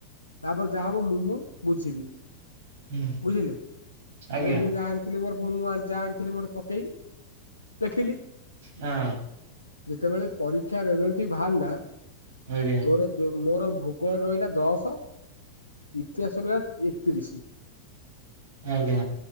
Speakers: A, on the left; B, on the right.
A: ତାପରେ ଯାହା ହବ ମୁଁ ମୁଁ ବୁଝିବି
B: ହୁଁ
A: ବୁଝିଲେ
B: ଆଜ୍ଞା
A: ମୁଁ ଯାହା ଥିଲି ମୋର ଫନ୍ ମୁଁ ଆ ଯାହା ଆଣିଥିଲି ମୋର ପକେଇକି ଲେଖିଲି
B: ହଁ
A: ଯେତେବେଳେ ପରୀକ୍ଷା ରେଜଲ୍ଟ ଟି ବାହାରିଲା
B: ଆଜ୍ଞା
A: ମୋର ଯୋଉ ମୋର ଭୂଗୋଳ ରେ ରହିଲା ଦଶ ଇତିହାସରେ ଏକତିରିଶ
B: ଆଜ୍ଞା